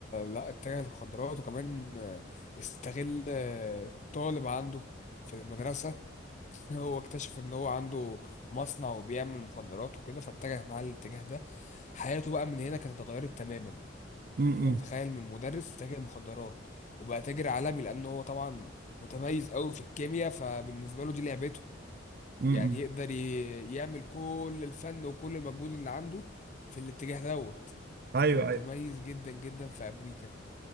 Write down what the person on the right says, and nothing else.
امم
امم
ايوه
ايوه